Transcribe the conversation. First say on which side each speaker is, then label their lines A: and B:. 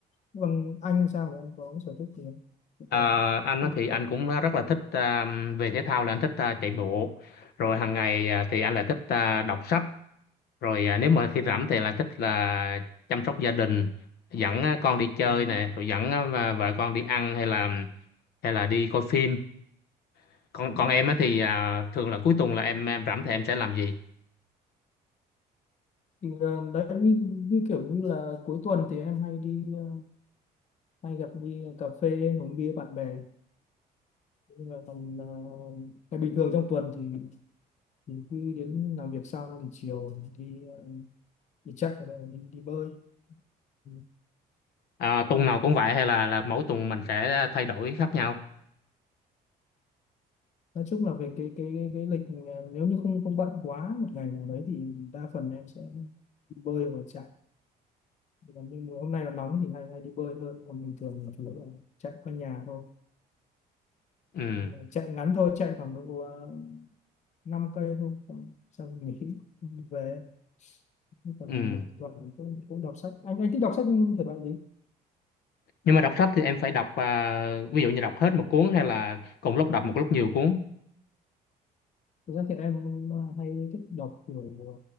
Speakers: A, on the left; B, on the left.
A: Còn anh sao mà anh có sở thích gì không? Có
B: À,
A: thể là
B: anh
A: thích
B: á thì anh
A: tập
B: cũng rất là thích à, về thể thao là anh thích à, chạy bộ. Rồi hàng ngày à, thì anh lại thích à, đọc sách. Rồi à, nếu mà
A: à,
B: khi rảnh thì lại thích là chăm sóc gia đình, dẫn à, con đi chơi
A: à,
B: nè, rồi dẫn à, vợ vợ con đi ăn hay là hay là đi coi phim. Còn còn
A: ừ.
B: em á thì à, thường là cuối tuần là em em rảnh thì em sẽ làm gì?
A: thì là đấy như, như kiểu như là cuối tuần thì em hay đi ờ, hay gặp đi cà phê uống bia bạn bè Nhưng mà tầm ờ, ngày bình thường trong tuần thì thì cứ đến làm việc xong thì chiều đi ờ, đi chạy hoặc là đi đi bơi Ừ.
B: À, tuần nào cũng vậy hay là là mỗi tuần mình sẽ thay đổi khác nhau?
A: nói chung là về cái cái cái, cái lịch ờ, nếu như không không bận quá một ngày nào đấy thì đa phần em sẽ đi bơi hoặc chạy còn nhưng mà hôm nay là nóng thì hay hay đi bơi hơn còn bình thường thì chủ yếu là chạy quanh nhà thôi
B: Ừ.
A: Nhưng mà chạy ngắn thôi chạy khoảng độ uh, 5 cây thôi xong, xong nghỉ về còn
B: Ừ.
A: mình thỉnh thoảng cũng cũng đọc sách anh anh thích đọc sách thể loại gì
B: nhưng mà đọc sách thì em phải đọc à, ví dụ như đọc hết một cuốn hay là cùng lúc đọc một lúc nhiều cuốn
A: thực ra thì em ờ, hay thích đọc kiểu ờ,